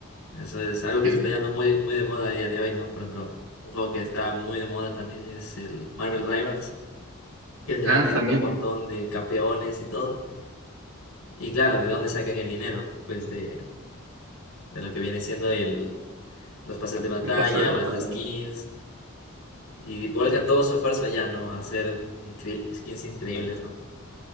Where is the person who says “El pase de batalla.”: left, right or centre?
Right